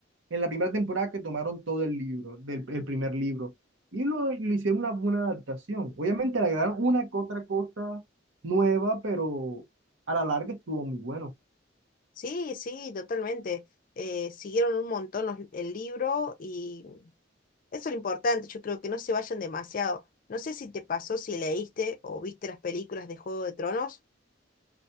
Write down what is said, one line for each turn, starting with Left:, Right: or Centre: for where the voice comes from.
Right: en la primera temporada que tomaron todo el libro, del, el primer libro, y lo, y le hicieron una buena adaptación. Obviamente le agregaron una que otra cosa nueva, pero a la larga estuvo muy bueno.
Left: Sí, sí, totalmente. eh, siguieron un montón los- el libro y Eso es lo importante, yo creo que no se vayan demasiado. No sé si te pasó, si leíste o viste las películas de Juego de Tronos,